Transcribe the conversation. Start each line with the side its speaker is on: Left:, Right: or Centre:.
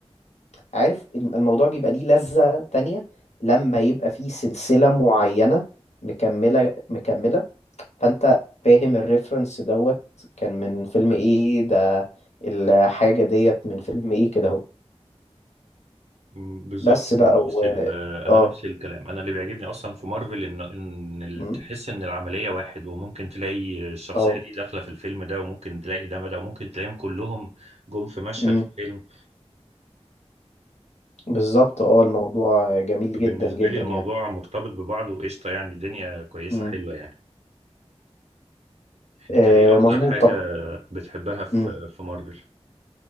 Left: عارف الم- الموضوع بيبقى ليه لذة تانية لما يبقى فيه سلسلة معينة مكملة مكملة فانت فاهم الريفرنس دوت كان من فيلم ايه ده الحاجة ديت من فيلم ايه كده اهو
Right: مم، بالظبط
Left: بس
Right: انا
Left: بقى و
Right: نفس ال- انا
Left: اه
Right: نفس الكلام انا اللي بيعجبني اصلا في مارفل ان ان ال-
Left: م-
Right: تحس ان العمليه واحد وممكن تلاقي الشخصيه
Left: اه
Right: دي داخله في الفيلم ده وممكن تلاقي ده ده وممكن تلاقيهم كلهم جم في مشهد
Left: م-
Right: في الفيلم
Left: بالظبط اه الموضوع جميل جدا
Right: فبالنسبه
Left: جدا
Right: لي الموضوع
Left: يعني
Right: مرتبط ببعضه وقشطه يعني الدنيا كويسه
Left: م.
Right: حلوه يعني انت
Left: آه،
Right: ايه اكتر
Left: مظبوط
Right: حاجه
Left: طب
Right: بتحبها في
Left: م.
Right: في مارفل